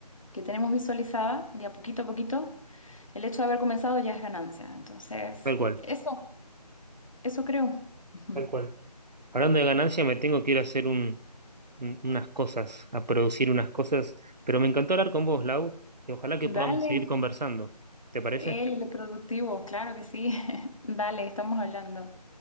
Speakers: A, on the left; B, on the right.
A: que tenemos visualizada, de a poquito a poquito, el hecho de haber comenzado ya es ganancia. Entonces,
B: Tal cual,
A: eso, eso creo. <laughs> Ujú.
B: tal cual. Hablando de ganancia, me tengo que ir a hacer un- un- unas cosas, a producir unas cosas, pero me encantó hablar con vos, Lau, y ojalá que podamos
A: Dale,
B: seguir conversando. ¿Te parece?
A: él, el productivo, claro que sí. <laughs> Dale, estamos hablando.